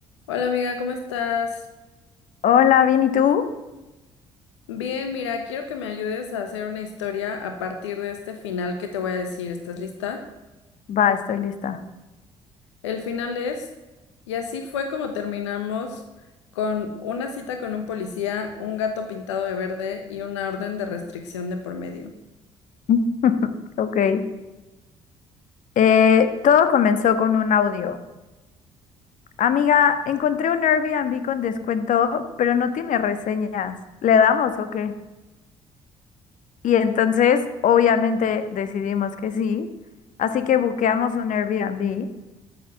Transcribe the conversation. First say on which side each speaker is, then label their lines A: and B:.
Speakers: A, on the left (about 80°); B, on the left (about 60°).
A: Hola amiga, ¿cómo estás?
B: Hola, bien, ¿y tú?
A: Bien, mira, quiero que me ayudes a hacer una historia a partir de este final que te voy a decir. ¿Estás lista?
B: Va, estoy lista.
A: El final es, y así fue como terminamos con una cita con un policía, un gato pintado de verde y una orden de restricción de por medio.
B: <laughs> Ok. Eh, todo comenzó con un audio. Amiga, encontré un Airbnb con descuento, pero no tiene reseñas. ¿Le damos o qué? Y entonces, obviamente, decidimos que sí. Así que buqueamos un Airbnb